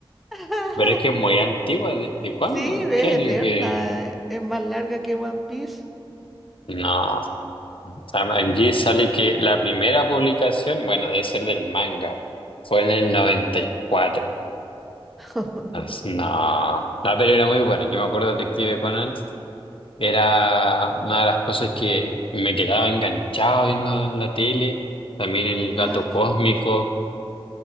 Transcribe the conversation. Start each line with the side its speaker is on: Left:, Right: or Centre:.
Centre: <laughs>
Left: Pero es que es muy antigua. ¿De, de cuándo?
Centre: Sí,
Left: ¿En
Centre: es
Left: qué año
Centre: eterna.
Left: que...?
Centre: eh, Es más larga que One Piece.
Left: No. Am- Aquí sale que la primera publicación, bueno, debe ser del manga, fue en el 94.
Centre: <laughs>
Left: As- No, no, pero era muy bueno. Yo me acuerdo de Detective Conan, era una de las cosas que me quedaba enganchado viendo en la tele. También el
Centre: Claro.
Left: gato cósmico,